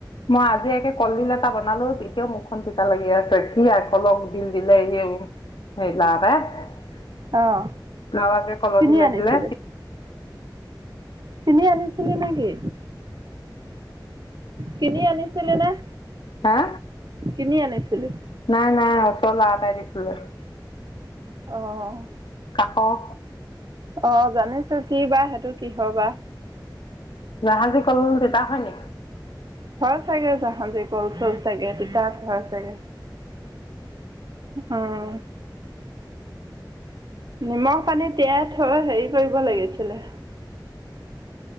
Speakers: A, on the left (about 85°); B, on the right (about 60°).
A: মই আজি একে কলডিল এটা বনালোঁ এতিয়াও মুখখন তিতা লাগি আছে কি আকলক দিল দিলে <unintelligible>
B: অঁ
A: <unintelligible> কল
B: কিনি
A: দিলে
B: আনিছিলি
A: দিলে।
B: কিনি আনিছিলে নেকি? কিনি আনিছিলে নে?
A: হা?
B: কিনি আনিছিলি?
A: নাই নাই ওচ কৰা এটাই দিছিলে।
B: অ',
A: কাষৰ
B: অ জানিছো কিবা সেইটো কিহৰ বা।
A: জাহাজী কল তিতা হয়নি?
B: হয় চাগে জাহাজী কল চল চাগে তিতা হয়। তাকে, উম। নিমখ পানী তিয়াই থৈ হেৰি কৰিব লাগিছিলে।